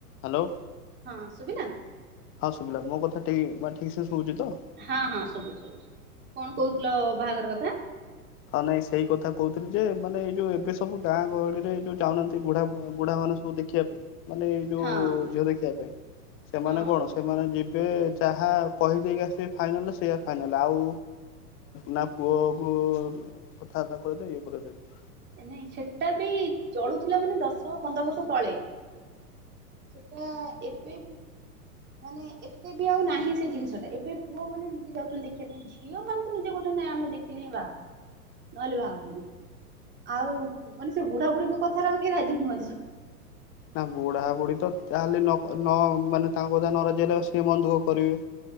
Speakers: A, on the left (about 25°); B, on the right (about 25°).
A: Hello.
B: ହଁ ଶୁବିଲା?
A: ହଁ ଶୁବିଲା ମୋ କଥାଟି ମା ଠିକ୍ ସେ ଶୁବୁଚି ତ?
B: ହଁ-ହଁ ଶୁବୁଚି ଶୁବିଚି କଣ କହୁଥିଲ ବାହାଘର କଥା?
A: ହଁ ନାଇଁ ସେଇ କଥା କହୁଥିଲି ଯେ ମାନେ ଏଇ ଯୋଉ ଏବେ ସବୁ ଗାଁ ଗହଳି ରେ ଯୋଉ ଯାଉ ନାହାନ୍ତି ବୁଢା ବୁଢ଼ା ମାନେ ସବୁ ଦେ ଖିଆ ପାଇଁ ମାନେ ଏଇ ଯୋଉ
B: ହଁ
A: ଝିଅ ଦେଖିଆ ପାଇଁ ସେମାନେ
B: ହଁ
A: କଣ ସ୍ ସେମାନେ ଯିବେ ଯାହା କହି ଦେଇକି ଆସିବେ ଫାଇନାଲ୍ ସେଇଆ ଫାଇନାଲ୍ ଆଉ ନା ପୁଅ କୁ କଥାବାର୍ତ୍ତା <unintelligible> ଇଏ କରିଦେବେ।
B: ଏ ନାଇଁ ସେଟା ବି ଚଳୁଥିଲା ମାନେ ଦଶ ପନ୍ଦର ବର୍ଷ ତଳେ। ସେଟା ଏବେ ମାନେ ଏତେ ବି ଆଉ ନାହିଁ ସେ ଜିନିଷ ଟା ଏବେ ପୁଅ ମାନେ ନିଜେ ଯାଉଚନ୍ତି ଦେଖିବା ପାଇଁ। ଝିଅ ମାନେ ତ ନିଜେ କହୁଚନ୍ତି ନାଇଁ ଆମେ ଦେ ଲ ବାବ ନହେଲେ ଭାବନି <inaudible> ଆଉ ମାନେ ସେ ବୁଢା ବୁଢୀ ବି କଥାରେ ଆଉ କେହି ରାଜି ନୁହଁନ୍ତିସବୁ।
A: ନା ବୁଢା ବୁଢ଼ୀ ତ ଯାହେଲେ ନକ ନ ମାନେ ତାଙ୍କ କଥା ରେ ନ ରାଜି ହେଲେ ସିଏ ମନ ଦୁଃଖ କରିବେ।